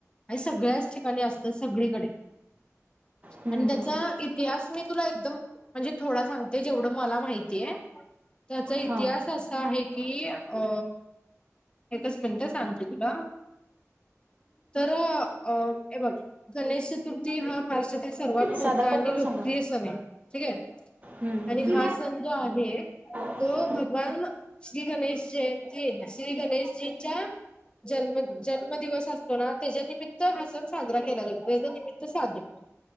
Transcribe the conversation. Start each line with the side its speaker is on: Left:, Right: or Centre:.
Left: आणि सगळ्याच ठिकाणी असतय सगळीकडे.
Right: हम्म,
Left: आणि
Right: हम्म.
Left: त्याचा
Right: हम्म.
Left: इतिहास मी तुला एकदम म्हणजे थोडा सांगते. जेवढं मला माहितीय त्याचा इतिहास
Right: हा
Left: असा आहे की अ एकच मिनिटं सांगते तुला तर अ हे बघ गणेश चतुर्थी हा पार सर्वात मोठा
Right: साधा कॉल
Left: आणि
Right: करून
Left: लोकप्रिय
Right: सांगा
Left: सण हाय, ठीके.
Right: हम्म, हम्म,
Left: आणि
Right: हम्म.
Left: हा सण जो आहे तो
Right: हम्म,
Left: <unintelligible> श्री गणेश जयंतीय ना श्री गणेशजींच्या जन्म जन्मद दिवस असतो ना, त्याच्या निमित्त हा सण साजरा केला जातो. त्याच्या निमित त साधून